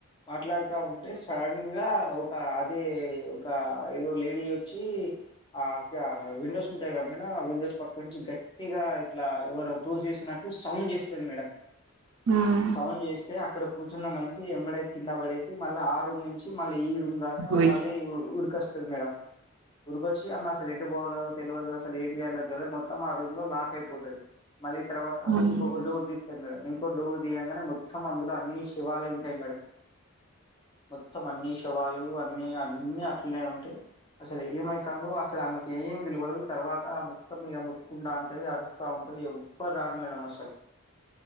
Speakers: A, on the left; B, on the right.
A: మాట్లాడ్తా ఉంటే సడన్ గా ఒక అదే ఒక ఏదో లేడీ ఒచ్చి ఆ ఆ విండోస్ ఉంటయి కదా మేడం, విండోస్ పక్క నుంచి గట్ గట్టిగా ఇట్లా ఎవరో తోసేసినట్టు సౌండ్ చేస్తది మేడం
B: ఉమ్
A: రౌన్ చేస్తే అక్కడ కూర్చున్న మనిషి వెంబడే కింద పడే చ్ మల్లా ఆ రూమ్ నుంచి మల్లి ఈ రూమ్ దాకా
B: ఓయ్
A: మల్లి ఉరికొస్తది మేడం. ఉరుకొచ్చి ఆమె అసలు ఎటు పోవాలో తెలవదు అసలు ఏమి చేయలో తెలువదు మొత్తం ఆ రూమ్ లాక్ అయిపోతది. మళ్ళీ తర్వాత
B: హ్మ్.
A: ఇంకోక డోర్ తీస్తది మేడం ఇంకో డోర్ దిగంగానే మొత్తం అందులో అన్ని శవాలె ఉంటయి మేడం. మొత్తం అన్ని శవాలు అన్ని అన్ని అట్లనే ఉంటయి. అసలు ఏదిమైతాందో అసలు ఆమెకి ఏం తెలవదు. తర్వాత మొత్తం ఈగ మొత్తుకుంటావుంటది అరుస్తా వుంటది ఎవ్వరురారు మేడమ్ అసలు.